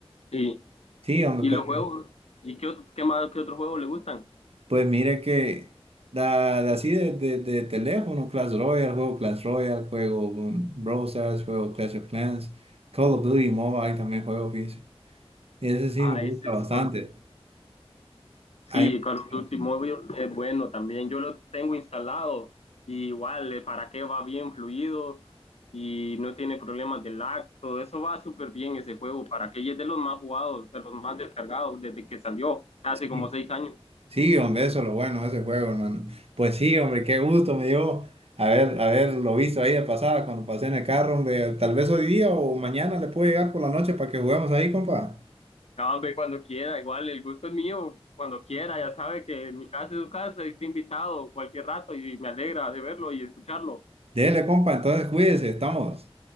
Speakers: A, on the left (about 80°); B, on the right (about 70°).
A: Y,
B: Sí, hombre,
A: y
B: pero
A: los juegos, ¿y qué, otro- qué más, qué otros juegos le gustan?
B: Pues mire que da, da así de, de, de teléfono, Clash Royale, juego Clash Royale, juego um, Brawl Stars, juego Clash of Clans, Call of Duty Mobile también juego, fíjese. Y ese sí
A: Ah,
B: me gusta
A: ese
B: bastante.
A: es Sí,
B: Ahí me
A: Call of Duty
B: gusta,
A: Mobile es bueno también. Yo lo tengo instalado y igual eh, para qué va bien fluido y no tiene problemas de lag. Todo eso va súper bien ese juego. Para que es de los más jugados, de los más descargados desde que salió hace
B: sí,
A: como seis años.
B: sí, hombre, eso es lo bueno de ese juego, hermano. Pues sí, hombre, qué gusto me dio haber, haberlo visto ahí de pasada cuando pasé en el carro, hombre. Tal vez hoy día o mañana le puedo llegar por la noche para que juguemos ahí, compa.
A: No, hombre, cuando quiera, igual el gusto es mío. Cuando quiera, ya sabe que mi casa es su casa y está invitado cualquier rato y me alegra de verlo y escucharlo.
B: Dele, compa, entonces cuídese, estamos.